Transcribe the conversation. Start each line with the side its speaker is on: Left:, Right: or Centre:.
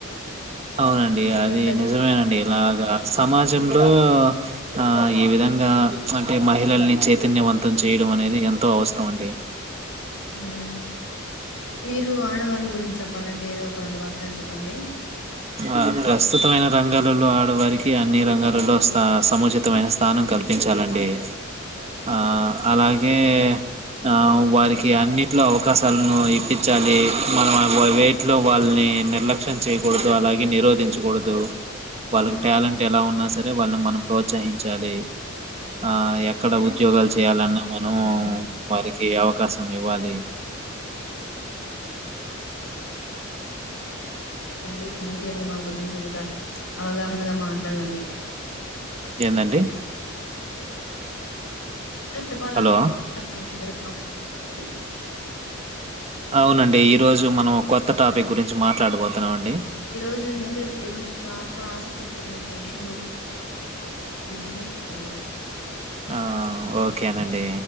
Right: అవునండి
Left: మీరేమంటారు
Right: అది నిజమేనండి ఇలాగా సమాజంలో ఆ ఈ విధంగా అంటే మహిళల్ని చైతన్యవంతం చేయడం అనేది ఎంతో అవసరం అండి
Left: ఉమ్ మీరు ఆడవాళ్ళ గురించి చెప్పాలంటే ఏదో ఒక రెండు వాక్యాలు చెప్పండి
Right: ఆ ప్రస్తుతమైన రంగాలలో ఆడవారికి అన్ని రంగాలలోా సముచితమైన స్థానం కల్పించాలండి ఆ అలాగే ఆ వారికి అన్నింటిలో అవకాశాలను ఇప్పించాలి మనం వేటిలో వాళ్ళని నిర్లక్ష్యం చేయకూడ అలాగే నిరోధించకూడదు వాళ్ళకి
Left: ఆ
Right: టాలెంట్ ఎలా ఉన్నా స సరే వాళ్ళని మనం ప్రోత్సహించాలి ఆ య ఇక్కడ ఉద్యోగాలు చేయాలన్నా మనం
Left: అవునండి
Right: వారి ఈ అవకాశం ఇవ్వాలి
Left: అండి థ్యాంక్ యూ అండి మా గురించి ఇంత అవగాహనగా మాట్లాడినందుక్
Right: ఏందండి
Left: చెప్పాలంటే
Right: హలో
Left: <inaudible>
Right: అవునండి ఇ ఈ రోజు మనం కొత్త టాపిక్ గురించి మాట్లాడబతున్నాం అండి
Left: ఈ రోజు నేత ద గురించి చాలా ఆసక్తికరమైన విషయం గురు గురించి నేనండి
Right: ఆ ఓకేనండి